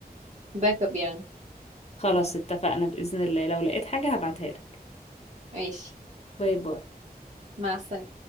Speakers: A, on the right; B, on the left.
A: باك اب يعني
B: خلاص اتفقنا باذن الله لو لقيت حاجه هبعتها لك
A: ماشي
B: باي باي
A: مع السنة